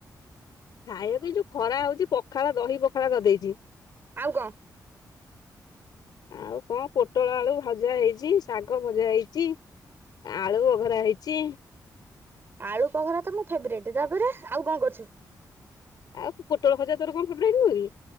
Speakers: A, on the left; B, on the right.
A: ଖାଇବାକୁ ଯୋଉ ଖରା ହଉଛି ପଖାଳ ଦହି ପଖାଳ କରିଦେଇଛି।
B: ଆଉ କଣ?
A: ଆଉ କଣ ପୋଟଳ ଆଳୁ ଭଜା ହେଇଛି ଶାଗ ଭଜା ହେଇଛି ଆଳୁ ଅଘରା ହେଇଛି।
B: ଆଳୁ ପଖାଳ ତ ମୁଁ ଫେବରେଟ ତାପରେ ଆଉ କଣ କରୁଛୁ?
A: ଆଉ ପୋଟଳ ଭଜା ତୋର କଣ ଫେଭରାଇଟ ନୁହଁ କି?